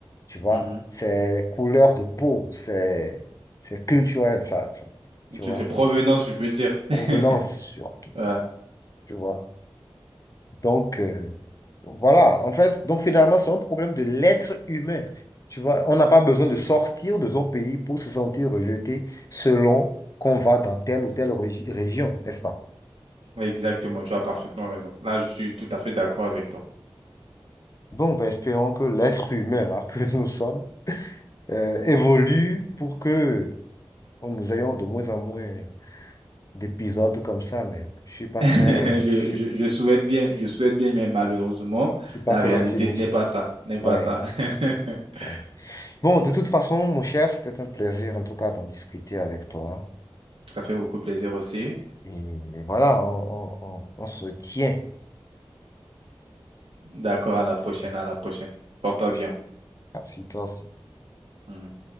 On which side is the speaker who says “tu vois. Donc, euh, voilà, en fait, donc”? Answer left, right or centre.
Left